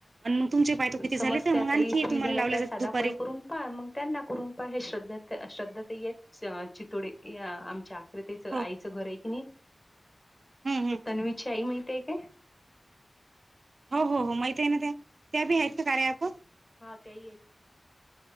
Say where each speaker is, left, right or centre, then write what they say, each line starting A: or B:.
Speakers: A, on the right; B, on the left.
A: अन् मग तुमचे पायतो किती
B: समजत्या
A: झाले तर मग
B: ताई
A: आणखी
B: फ्री
A: तुम्हाला
B: झाल्या
A: लावले
B: काय साधा
A: जात दुपारी
B: कॉल करून पहा मंग त्यांना करून पहा हे श्रद्ध त श्रद्धा ताई येेत श चितोडे या आमच्या प्रतीचं
A: हो
B: आईचं घर हे की नी
A: हम्म हम्म
B: ती
A: हम्म.
B: तन्वीची आई माहितीये काय
A: हो हो हो माहितीये ना ते त्या
B: हा
A: भी आहेत क कार्यात
B: हा त्याही हेत ना